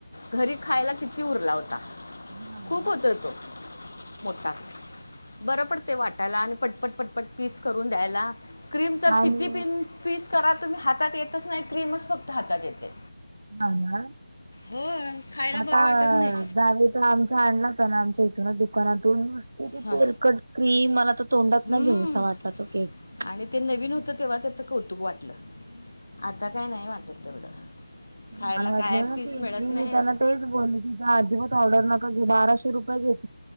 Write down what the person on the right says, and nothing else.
हा ना
आणि
हां ना,
आता
जावी तर आमच्या अण्णा ना आमच्या इथूनच दुकानातून नुसती
तेलकट क्रीम मला तो तोंडात
ना घेऊसा वाटला तो केक, तो
माण वातले
ना
की
मी
त्यांना तेच बोल की आज <unintelligible> ऑर्डर नका घेऊ, बाराशे रुपये घेत